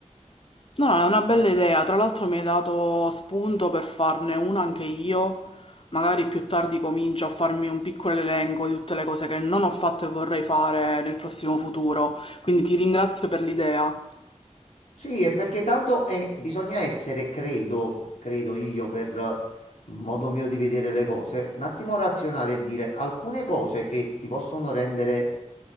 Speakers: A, on the left; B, on the left.
A: No, no, è una bella idea. Tra l'altro mi hai dato spunto per farne una anche io. Magari più tardi comincio a farmi un piccolo elenco di tutte le cose che non ho fatto e vorrei fare nel prossimo futuro. Quindi ti ringrazio per l'idea.
B: Sì, è perché tanto eh, bisogna essere, credo, credo io, per eh, modo mio di vedere le cose, un attimo razionale e dire alcune cose che ti possono rendere